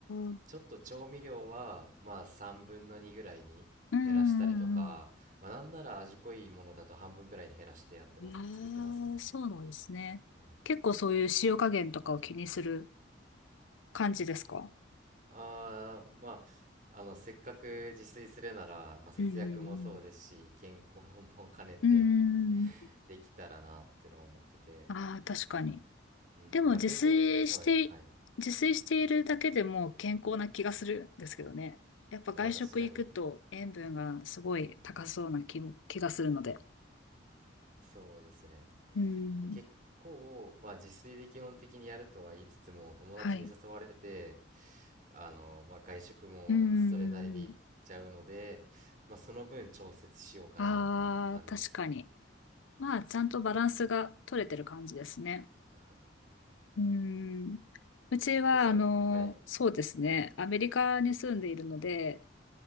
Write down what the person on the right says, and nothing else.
ちょっと調味料は、まあ、3分の2ぐらいに減らしたりとか、
まあ、なんなら味濃いものだと半分ぐらいに減らしてやってます、
作ってますね。
はい
ああ、まあ、あの、せっかく自炊するなら、まあ、節約もそうですし、
健康も兼ねて
できたらなってのを思ってて、
うん、
まあ、健康、そう、はい。
まあ、確かに、
そうですね。
結構、まあ、自炊で基本的にやるとは言いつつも、友達に誘われて、
あの、まあ、外食もそれなりに行っちゃうので、
まあ、その分調節しようかな、
みたいな感じですね。
はい。
ココさん、
はい。